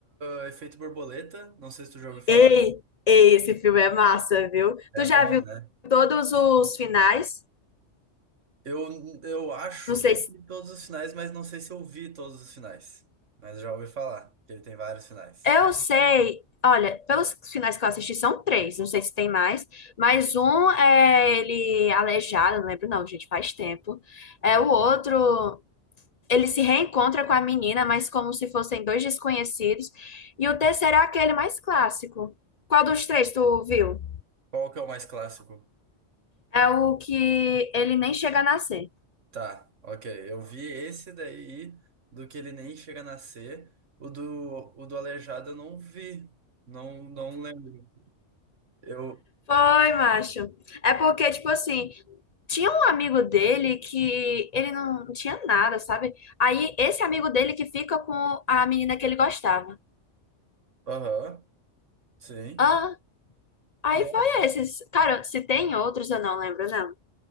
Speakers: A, on the right (about 80°); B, on the left (about 50°).
A: ah, Efeito Borboleta. Não sei se tu já ouviu falar.
B: Ei, ei, esse filme é massa, viu?
A: É
B: Tu já
A: bom,
B: viu
A: né?
B: todos os finais?
A: Eu, eu acho
B: Não sei
A: que eu
B: se...
A: vi todos os finais, mas não sei se eu vi todos os finais. Mas eu já ouvi falar que ele tem vários finais.
B: Eu sei. Olha, pelos finais que eu assisti, são três. Não sei se tem mais. Mas um é ele aleijado, não lembro não, gente, faz tempo. É o outro. Ele se reencontra com a menina, mas como se fossem dois desconhecidos. E o terceiro é aquele mais clássico. Qual dos três tu viu?
A: Qual que é o mais clássico?
B: É o que ele nem chega a nascer.
A: Tá, ok. Eu vi esse daí do que ele nem chega a nascer. O do, o do Aleijado eu não vi. Não, não lembro. Eu.
B: Foi, macho. É porque, tipo assim, tinha um amigo dele que ele não tinha nada, sabe? Aí esse amigo dele que fica com a menina que ele gostava.
A: Aham, sim.
B: Ah, aí
A: Não,
B: foi esses. Cara, se tem outros, eu não lembro, não.